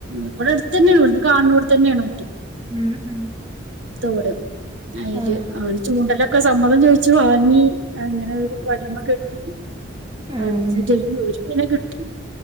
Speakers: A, on the right; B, on the right.
A: ഇവിടെ എട്ത്തെന്നെ ഒര് വിടുണ്ട് ഇത് കാണ് ണോട്തന്നെയാണ്
B: ഉം ഉം
A: തോട് അയില്
B: ആഹ്
A: അവന് ച്ചൂണ്ടലൊ ഒക്കെ സമ്മതം ചോദിച്ചു വാങ്ങി അങ്ങനെ ഒരു വടിമ കെട്ടി. <unintelligible>
B: ഉം
A: പിനെ കിട്ടി